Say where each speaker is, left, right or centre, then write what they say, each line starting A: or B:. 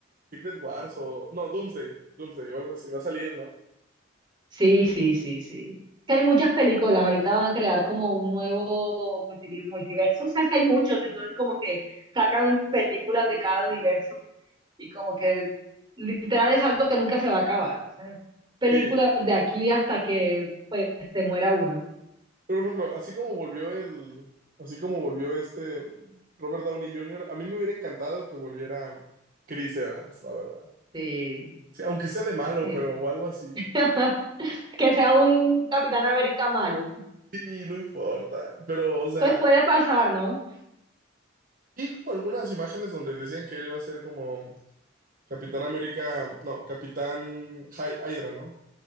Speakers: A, on the right (about 45°); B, on the right (about 25°).
A: Secret Wars o... No, Doomsday, Doomsday o algo así, va a salir, ¿no?
B: Sí, sí, sí, sí. Que hay muchas películas, ahorita van a crear como un nuevo multi- multiverso, o sea, que hay muchos, entonces como que sacan películas de cada universo y como que literal es algo que nunca se va a acabar, ¿sabes? Películas
A: Sí,
B: de aquí hasta que pues se muera uno.
A: Pero, por ejemplo, así como volvió el, así como volvió este Robert Downey Jr., a mí me hubiera encantado que volviera Chris Evans, la verdad.
B: Sí,
A: Sí, aunque sea de malo,
B: sí.
A: pero o algo así.
B: <laughs> Que sea un Capitán América malo.
A: Sí, no importa. Pero, o sea,
B: Pues puede pasar, ¿no?
A: y como algunas imágenes donde decían que él iba a ser como Capitán América, no, Capitán Hy- Hydra, ¿no?